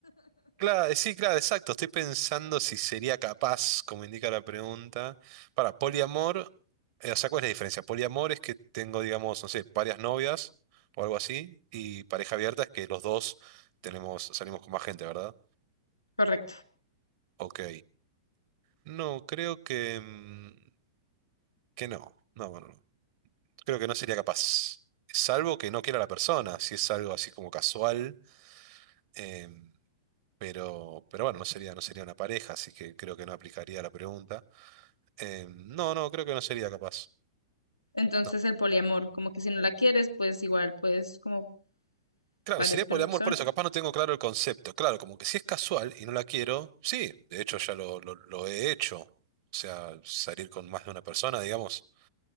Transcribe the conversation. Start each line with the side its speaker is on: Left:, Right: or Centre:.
Right: Claro, eh, sí, claro, exacto. Estoy pensando si sería capaz, como indica la pregunta. Para, poliamor, eh, o sea, ¿cuál es la diferencia? Poliamor es que tengo, digamos, no sé, varias novias o algo así, y pareja abierta es que los dos tenemos, salimos con más gente, ¿verdad?
Left: Correcto.
Right: Ok. No, creo que, mm, que no. No, bueno no. creo que no sería capaz. Salvo que no quiera la persona, si es algo así como casual. em, pero, pero bueno, no sería, no sería una pareja, así que creo que no aplicaría la pregunta. Em, no, no, creo que no sería capaz.
Left: Entonces
Right: No.
Left: el poliamor, como que si no la quieres, pues igual pues como
Right: Claro,
Left: varias
Right: sería
Left: personas.
Right: por amor, por eso, capaz no tengo claro el concepto. Claro, como que si es casual y no la quiero, sí, de hecho ya lo, lo, lo he hecho. O sea, salir con más de una persona, digamos,